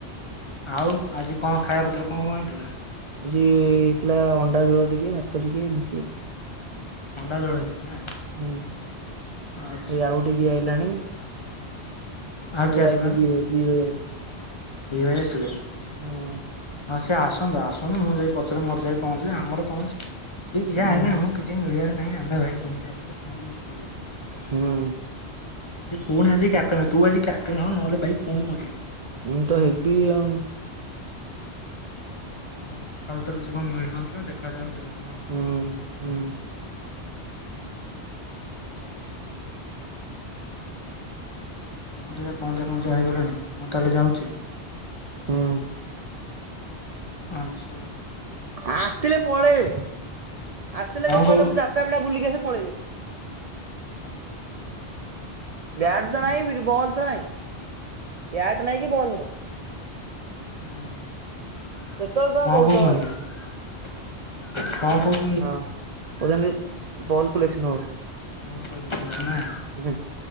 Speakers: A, on the left (about 30°); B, on the right (about 50°).
A: ଆଉ ଆଜି କଣ ଖାଇବାପତ୍ର କଣ କଣ ହେଇଥିଲା?
B: ଆଜି ହେଇଥିଲା ଅଣ୍ଡା ଝୋଳ ଟିକେ ଭାତ ଟିକେ ଏମିତି ଆଉ।
A: ଅଣ୍ଡା ଝୋଳ ହେଇ ଥିଲା ନା?
B: ହୁଁ ହେ
A: ଆଚ୍ଛା
B: ଆଉ ଗୋଟେ କିଏ ଆଇଲାଣି?
A: ଆଉ କିଏ
B: ଏ
A: ଆସିଲାନି
B: ଆଇ <unintelligible>
A: ଦି ଭାଇ ଆସିଲେ?
B: ହଁ।
A: ହଁ ସିଏ ଆସନ୍ତୁ ଆସନ୍ତୁ ମୁଁ ଯାଇ ପଛରେ ମୋର ଯାଇ ପହଞ୍ଚିବି ଆମର କଣ ଅଛି? ସେଏ ଯିଏ
B: ହୁଁ
A: ଆଇଲା ଆମକୁ କିଛି ମିଳିବାର ନାହିଁ ଆମେ ଭାଇ ସେମିତି ଆସିବା ସେମିତି ବସିକି ଯିବା।
B: ହୁଁ
A: ସେ ପୁଣି ଆଜି କ୍ୟାପଟନ ତୁ ଆଜି କ୍ୟାପଟନ ହ ନହେଲେ ଭାଇ ପୁଣି ମରିବୁ।
B: ମୁଁ ତ ହେବି ଆଉ।
A: ହଉ କାଲି ତ କିଛି କଣ ମିଳୁନଥିଲା ଦେ ଦେଖାଯାଉ କାଲି କଣ ହଉ
B: ହୁଁ ହୁଁ।
A: ଆଚ୍ଛା ହଉ। ମୁଁ ତ ଦେଖିବା ପହଞ୍ଚିବା ପହଞ୍ଚିବା ହେଇଗଲିଣି ମୁଁ ତାହେଲେ ଯାଉଛି।
B: ହୁଁ।
A: ଆଚ୍ଛ
B: ଆସିଥିଲେ ପଳେଇଲେ ଆସିଥିଲେ କଣ
A: କହୁ
B: କହିଲ
A: ହୁଁ
B: ମୁଁ ଜା ଚାରି ଟା ଭଳିଆ ବୁଲିକି ଆସି ପଳେଇଲେ। ବ୍ୟାଟ ତ ନାହିଁ ବି ବଲ ତ ନାଇ। ବ୍ୟାଟ ନାଇଁ କି ବଲ୍ ନାହିଁ।
A: ହୁଁ କଣ
B: କେତେବେଳେ ତମେ
A: କହୁଛନ୍ତି
B: କହୁଛ କହିଲ।
A: କଣ କହୁ
B: ହଁ କହୁଛନ୍ତି ବଲ କଲେକ୍ସନ ହବ।
A: ବଲ କଲେକ୍ସନ ହବ ନା।
B: ହୁଁ